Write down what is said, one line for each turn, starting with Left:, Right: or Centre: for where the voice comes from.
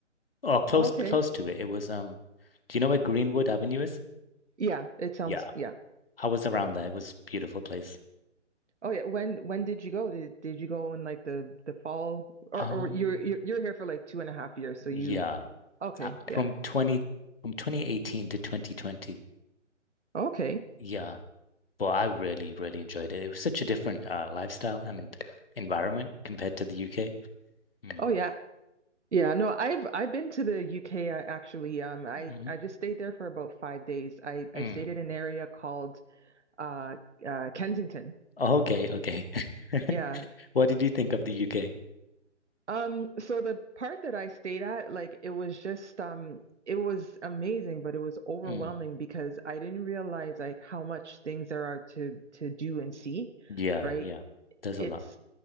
Left: or close
Right: okay.
Left: close to it. It was um, do you know where Greenwood Avenue is?
Right: Yeah, it sounds
Left: Yeah,
Right: yeah.
Left: I was around there. It was a beautiful place.
Right: Oh yeah, when when did you go? Did did you go in like the the fall or
Left: Um,
Right: or you're you're you're here for like two and a half years, so
Left: yeah,
Right: you okay,
Left: uh,
Right: yeah.
Left: from 20 from 2018 to 2020.
Right: Okay.
Left: Yeah, well, I really really enjoyed it. It was such a different uh, lifestyle and environment compared to the UK. Mm.
Right: Oh yeah. Yeah, no, I've I've been to the UK uh, actually. Um I
Left: hmm
Right: I just stayed there for about five days. I
Left: Mm.
Right: I stayed in an area called uh uh Kensington.
Left: Okay, okay. <laughs>
Right: Yeah,
Left: What did you think of the UK?
Right: Um, so the part that I stayed at, like it was just um it was amazing, but it was overwhelming
Left: Mm.
Right: because I didn't realize like how much things there are to to do and see,
Left: Yeah,
Right: right?
Left: yeah. There's
Right: It's
Left: a lot.